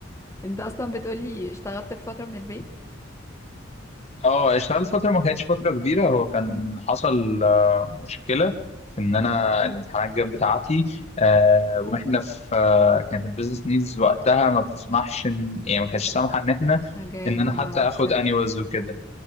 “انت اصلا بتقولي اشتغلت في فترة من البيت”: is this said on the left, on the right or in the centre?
Left